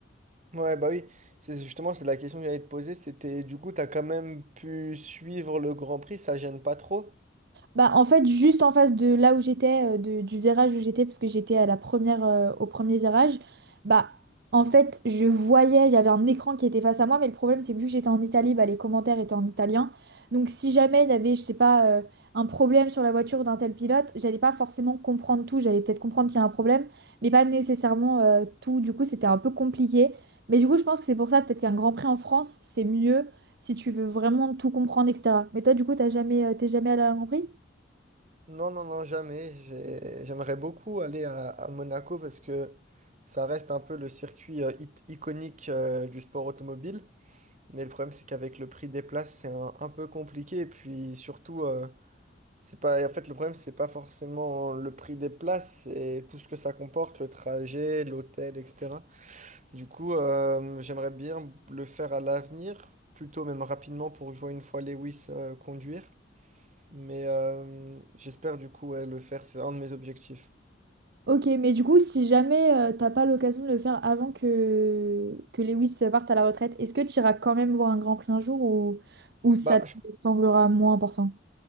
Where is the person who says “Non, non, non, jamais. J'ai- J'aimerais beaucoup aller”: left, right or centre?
Right